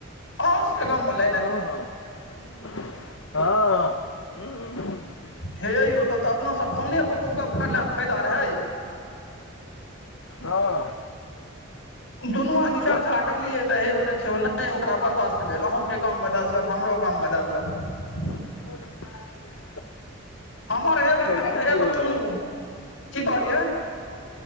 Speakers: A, on the left (about 70°); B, on the left (about 85°).
A: आस के गम मे ला
B: हँ- हँ- हँ, ह हुं -हुं- हुं।
A: हे यौ, तब तऽ अपना सब फोने पर गप्प करला मे फायदा रहए यौ।
B: हँ
A: दुनू आदमी चर्चा
B: हँ
A: करलियै, तऽ हे ब देखियौ नहि ओकरा बर्दाश्त तऽ भेल अहु के गाममे दए देलक, हमरो गाममे दए देलक।
B: फुक-फुक गाड़ी।
A: हमर हे बा
B: गाड़ियो
A: हे गो
B: लगल।
A: सुनू, की कहलियै?